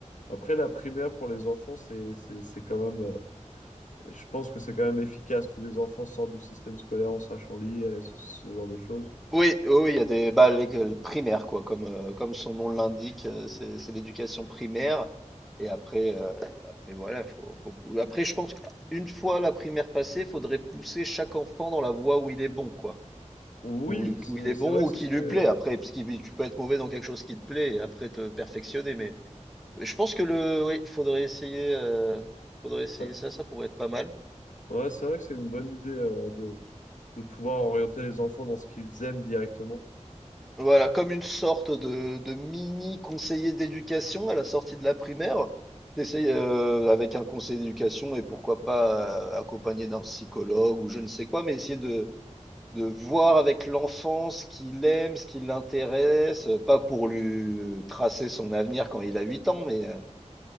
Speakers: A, on the left (about 85°); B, in the centre.
A: Après, la primaire pour les enfants, c'est, c'est, c'est quand même, euh, je pense que c'est quand même efficace. Tous les enfants sortent du système scolaire en sachant lire et ce, ce genre de choses.
B: Oui, oui, oui, il y a des bah, l'école primaire, quoi, comme, euh, comme son nom l'indique, euh, c'est c'est l'éducation primaire. Et après, euh, après voilà, faut, faut... pou- Après, je pense qu'une fois la primaire passée, faudrait pousser chaque enfant dans la voie où il est bon, quoi.
A: Oui,
B: Où,
A: c'est
B: où il est
A: c'est
B: bon
A: vrai que
B: ou
A: ce
B: qui
A: serait,
B: lui plaît. Après, parce que tu peux être mauvais dans quelque chose qui te plaît et après te perfectionner, mais. Je pense que le, oui, faudrait essayer, euh, faudrait essayer
A: euh,
B: ça, ça pourrait être pas mal.
A: ouais, c'est vrai que c'est une bonne idée, euh, de, de pouvoir orienter les enfants dans ce qu'ils aiment directement.
B: Voilà, comme une sorte de, de mini conseiller d'éducation à la sortie de la primaire. T'essayes euh, avec un conseiller d'éducation et pourquoi pas euh, accompagné d'un psychologue ou je ne sais quoi, mais essayer de, de voir avec l'enfant ce qu'il aime, ce qui l'intéresse, euh, pas pour lui tracer son avenir quand il a 8 ans, mais euh,